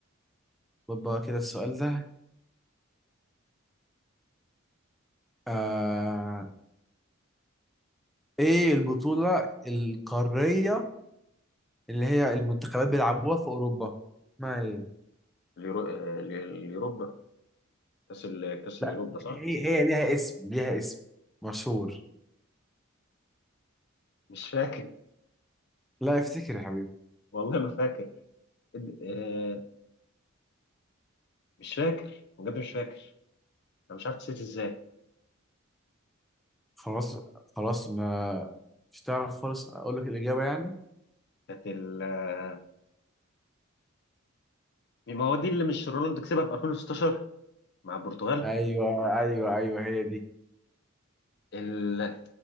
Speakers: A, in the centre; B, on the left.
A: طب بقى كده السؤال ده آه... ايه البطولة القارية اللي هي المنتخبات بيلعبوها في اوروبا اسمها ايه
B: اليورو... آه، اليوروبا كأس ال... كأس
A: لا
B: اليوروبا صح
A: هي هي ليها اسم ليها اسم مشهور
B: مش فاكر
A: لا افتكر يا حبيبي
B: والله ما فاكر إد- آه، مش فاكر بجد مش فاكر أنا مش عارف نسيت إزاي
A: خلاص خلاص ما مش تعرف خالص اقول لك الاجابه يعني
B: كانت ال آه، ما هو دي اللي مش رونالدو كسبها في 2016 مع البرتغال
A: ايوه ايوه ايوه هي دي
B: ال...